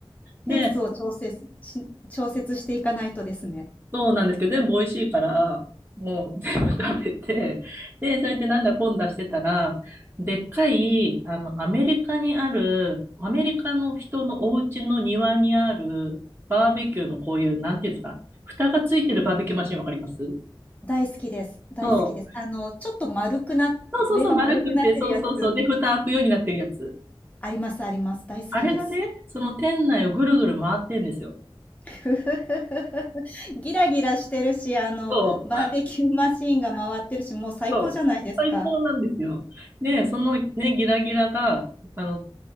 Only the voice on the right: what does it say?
で、そうなんですけど、全部美味しいから、もう全部食べて、で、それでなんだこんだしてたら、でっかい、あの、アメリカにある、アメリカの人のお家の庭にある、バーベキューのこういう、なんていうんですか、蓋がついてるバーベキューマシンわかります
そう。
そうそうそう、
丸くって、そうそうそう。で、蓋開くようになってるやつ。
あれがね、その店内をぐるぐる回ってんですよ。
そう、
そう。最高なんですよ。で、そのね、ギラギラが、あの、